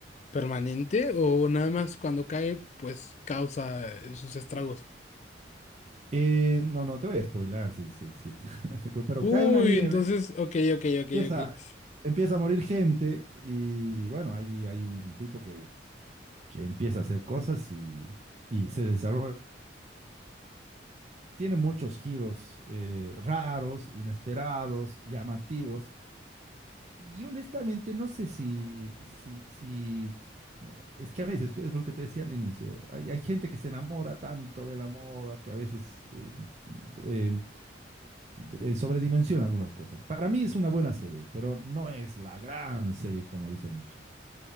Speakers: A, on the left; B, on the right.
A: permanente o nada más cuando cae, pues causa sus estragos.
B: Eh, no, no te voy a spoilar, sí, sí, sí. <laughs> te cu- Pero
A: Uy,
B: cae una nieve,
A: entonces, ok, ok, ok,
B: empieza,
A: ok.
B: empieza a morir gente y bueno, ahí hay un tipo que, que empieza a hacer cosas y, y se desarrolla. Tiene muchos giros eh, raros, inesperados, llamativos Y honestamente no sé si, si, si, es que a veces, es lo que te decía al inicio, hay, hay gente que se enamora tanto de la moda que a veces eh, eh, eh, sobredimensiona algunas cosas. Para mí es una buena serie, pero no es la gran serie como dicen muchos.